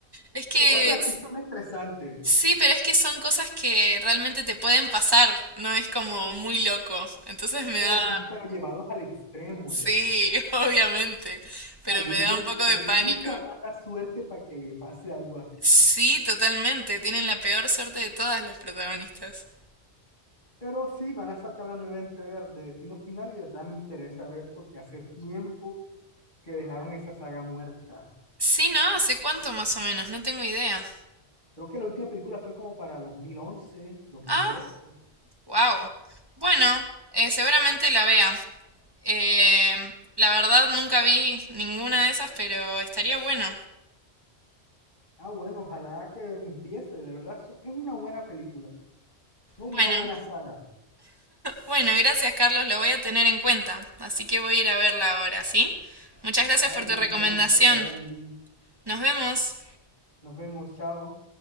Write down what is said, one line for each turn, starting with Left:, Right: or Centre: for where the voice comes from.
Right: Es que...
Left: O sea, sí son estresantes,
Right: Sí, pero es que son cosas que realmente te pueden pasar, no es como muy loco. Entonces me
Left: pero
Right: da...
Left: sí, pero llevados al extremo
Right: Sí,
Left: ya.
Right: <laughs> obviamente, pero
Left: Alguien
Right: me da
Left: tiene
Right: un poco
Left: que tener
Right: de pánico.
Left: mucha mala suerte para que le pase algo así.
Right: Sí, totalmente, tienen la peor suerte de todas los protagonistas.
Left: Pero sí, van a sacar la nueva entrega de Destino Final y de verdad me interesa ver porque hace tiempo que dejaron esa saga muerta.
Right: Sí, ¿no? ¿Hace cuánto más o menos? No tengo idea.
Left: Creo que la última película fue como para dos dos mil once dos mil
Right: Ah,
Left: doce
Right: wow. Bueno, eh, seguramente la vea. Eh, la verdad nunca vi ninguna de esas, pero estaría bueno.
Left: Ah, bueno, ojalá que empiece, de verdad. so- Es una buena película, ¿no? Una
Right: Bueno,
Left: buena saga.
Right: bueno, gracias Carlos, lo voy a tener en cuenta, así que voy a ir a verla ahora, ¿sí? Muchas gracias
Left: Dale,
Right: por
Left: Manuela,
Right: tu recomendación.
Left: que te vaya muy bien.
Right: Nos vemos.
Left: Nos vemos, chao.